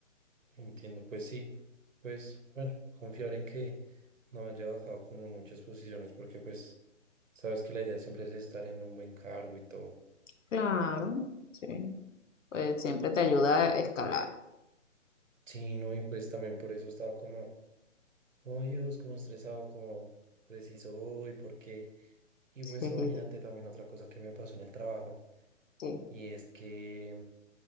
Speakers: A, on the right; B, on the left.
A: entiendo, pues sí, pues bueno, confiar en que no haya bajado como muchas posiciones, porque pues sabes que la idea siempre es estar en un buen cargo y todo.
B: Claro, sí. Pues siempre te ayuda a escalar.
A: Sí, no, y pues también por eso estaba como como Dios, como estresado, como preciso hoy, por qué Y pues
B: <laughs>
A: imagínate también otra cosa que me pasó en el trabajo,
B: Sí.
A: y es que,